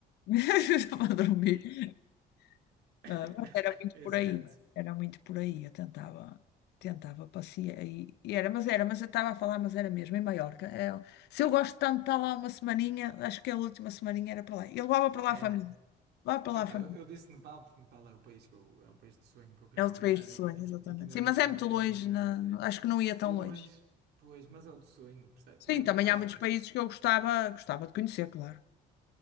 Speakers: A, on the left; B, on the right.
A: <laughs> Estava a dormir.
B: <laughs>
A: Ah, mas era muito
B: Exato,
A: por aí. Era muito por aí. Eu tentava, tentava passear. E, e era, mas era, mas eu estava a falar, mas era mesmo, em Maiorca. É, se eu gosto tanto de estar lá uma semaninha, acho que a última semaninha era para lá. E levava para lá
B: era.
A: a família. Levava para
B: Epá,
A: lá a família.
B: eu, eu disse Nepal porque Nepal é o país que eu, é um país de sonho que eu quero
A: É outro
B: visitar
A: país de sonho,
B: e que, e que-
A: exatamente.
B: e que ainda
A: Sim,
B: não,
A: mas
B: vi-
A: é muito
B: e que
A: longe,
B: ainda não visitei.
A: na- acho que não ia tão
B: Pois,
A: longe.
B: pois, mas é o de sonho, percebe?
A: Sim,
B: Tinha de
A: também
B: valer.
A: há
B: <laughs>
A: muitos países que eu gostava, gostava de conhecer, claro.